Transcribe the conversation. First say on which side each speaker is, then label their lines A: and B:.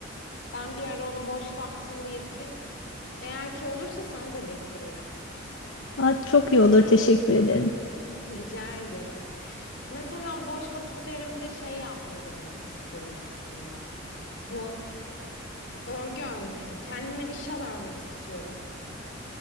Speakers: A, on the left (about 65°); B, on the left (about 80°).
A: Ben bir ara onu boş vaktimde yapayım. Eğer ki olursa sana da getiririm.
B: Aa, çok iyi olur. Teşekkür ederim.
A: Hı, Rica ederim. Mesela boş vakitlerimde şey yapmayı denemek istiyorum aslında. Bu örgü örmeyi. Kendime bir şal örmek istiyorum.